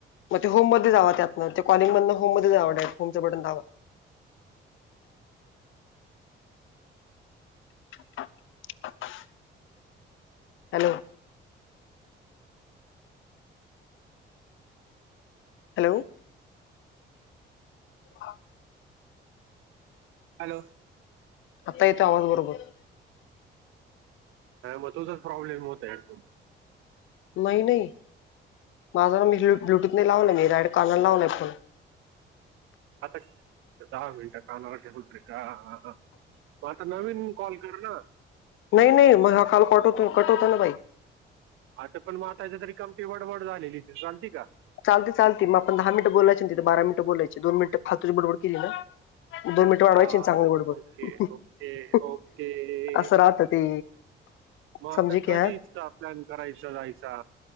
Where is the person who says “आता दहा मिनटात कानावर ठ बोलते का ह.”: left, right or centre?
Right